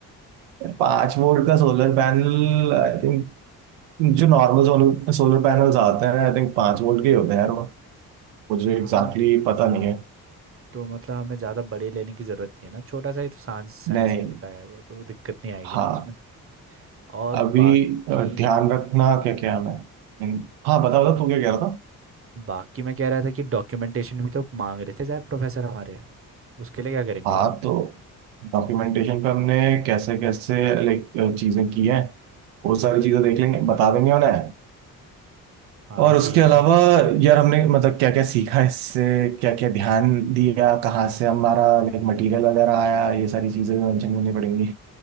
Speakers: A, on the right; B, on the right.
A: पाँच वोल्ट का सोलर पैनल आई थिंक जो नॉर्मल सोलर सोलर पैनल्स आते हैं आई थिंक पांच वोल्ट के ही होते हैं यार वो मुझे
B: हाँ
A: एग्जैक्टली exactly पता नहीं है
B: तो मतलब हमें ज़्यादा बड़े लेने की ज़रूरत नहीं है ना छोटा सा ही तो साइंस साइंस
A: नहीं
B: फेयर का है वो तो दिक्कत नहीं आएगी
A: हाँ
B: ना उसमें और
A: अभी
B: बाकी
A: अ, ध्यान रखना क्या क्या है हम्म, हाँ बता बता तू क्या कह रहा था
B: बाकी मैं कह रहा था कि डॉक्यूमेंटेशन भी तो मांग रहे थे साहब प्रोफेसर हमारे उसके लिए क्या करेंगे
A: हाँ तो डॉक्यूमेंटेशन पे हमने कैसे कैसे लाइक चीजें की हैं वो सारी चीजें देख लेंगे बता देंगे उन्हें
B: हाँ
A: और उसके
B: ठीक
A: अलावा
B: है
A: यार हमने मतलब क्या क्या सीखा इससे क्या क्या ध्यान दिया कहाँ से हमारा लाइक मटेरियल वगैरह आया ये सारी चीजें मेंशन करनी पड़ेंगी